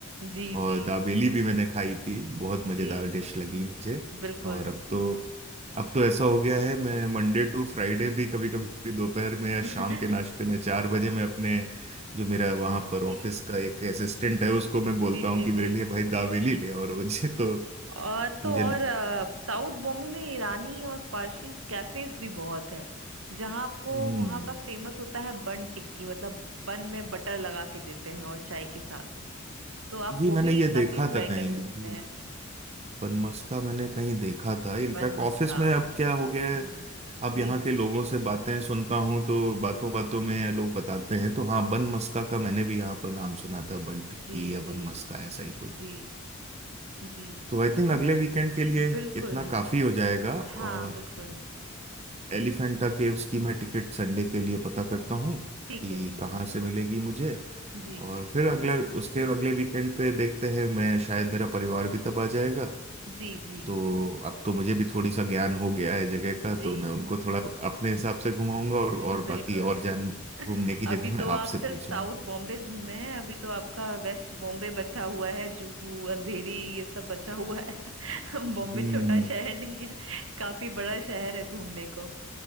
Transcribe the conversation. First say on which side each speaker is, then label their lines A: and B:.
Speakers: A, on the right; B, on the right.
A: जी
B: और
A: जी
B: दाबेली भी मैंने खाई थी बहुत मजेदार
A: जी
B: डिश लगी मुझे
A: बिल्कुल
B: और अब तो अब तो ऐसा हो गया है मैं मंडे टू फ्राइडे भी कभी कभी दोपहर में
A: <laughs>
B: या शाम के नाश्ते में चार बजे मैं अपने जो मेरा वहां
A: जी
B: पर ऑफिस का एक असिस्टेंट है उसको मैं बोलता
A: जी
B: हूँ
A: जी
B: कि मेरे
A: जी
B: लिए भाई दावेली ले और रोज <laughs> तो
A: और तो
B: मुझे
A: और अ, साउथ बॉम्बे में ईरानी और पारसीज कैफेज भी बहुत हैं जहाँ आपको
B: हम्म
A: वहाँ का फेमस होता है बन टिक्की मतलब बन में बटर लगा के देते हैं और चाय के साथ तो आप
B: जी
A: वो
B: मैंने
A: भी
B: ये
A: काफी
B: देखा
A: इंजॉय
B: था कहीं
A: कर सकते हैं
B: बनमस्का मैंने कहीं देखा था इनफैक्ट
A: बन
B: ऑफिस
A: मस्का
B: में अब क्या हो गया
A: जी
B: है अब
A: जी
B: यहाँ के लोगों से बातें सुनता हूँ तो बातों बातों में लोग बताते हैं तो हाँ बनमस्का का मैंने भी यहाँ पर नाम सुना था बन टिक्की
A: जी
B: या
A: जी
B: बनमस्का ऐसा ही
A: जी जी
B: तो आई थिंक
A: हम
B: अगले वीकेंड के लिए
A: बिल्कुल
B: इतना काफी हो जाएगा
A: हाँ
B: और
A: बिल्कुल
B: एलिफेंटा केव्स की मैं टिकट संडे के लिए पता करता हूँ
A: ठीक
B: कि
A: है ठीक
B: कहाँ
A: है
B: से मिलेगी मुझे
A: जी
B: और फिर अगला उसके अगले वीकेंड पे देखते हैं मैं शायद मेरा परिवार भी तब आ जाएगा
A: जी जी
B: तो अब तो मुझे भी थोड़ी सा ज्ञान हो गया है जगह का
A: जी
B: तो मैं उनको थोड़ा अपने हिसाब से घुमाऊंगा और
A: <laughs>
B: और बाकी
A: बिल्कुल
B: और जान घूमने की
A: अभी
B: जगह मैं
A: तो आप
B: आपसे पूछूंगा
A: सिर्फ साउथ बॉम्बे घूमे हैं अभी तो आपका वेस्ट बॉम्बे बचा हुआ है जुहू अंधेरी ये सब बचा हुआ है <laughs>
B: <laughs>
A: बॉम्बे
B: हम्म
A: छोटा शहर नहीं है काफी बड़ा शहर है घूमने को